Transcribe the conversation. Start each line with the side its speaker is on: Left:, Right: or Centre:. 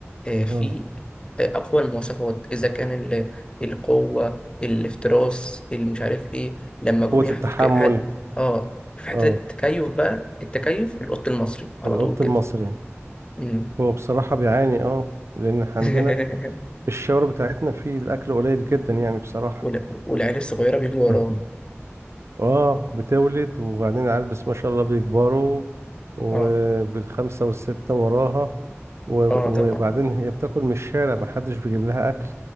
Left: آه، فيه
Right: اه
Left: آه، أقوى المواصفات إذا كان ال- القوة الافتراس اللي مش عارف إيه لما جم
Right: قوة
Left: يحطوا
Right: التحمل
Left: ك- حد- آه في حتة
Right: اه
Left: التكيف بقى التكيف القط المصري على
Right: القط
Left: طول كده
Right: المصري
Left: مم.
Right: هو بصراحة بيعاني اه لأن إحنا
Left: <laughs>
Right: عندنا في الشوارع بتاعتنا في الأكل قليل جدا يعني بصراحة
Left: وال- والعيال الصغيرة بيجوا وراهم
Right: <clears throat> اه بتولد وبعدين العيال بس ما شاء الله بيكبروا وبالخمسة
Left: آه
Right: والستة وراها و-
Left: آه طبعا
Right: وبعدين هي بتاكل من الشارع محدش بيجيب لها أكل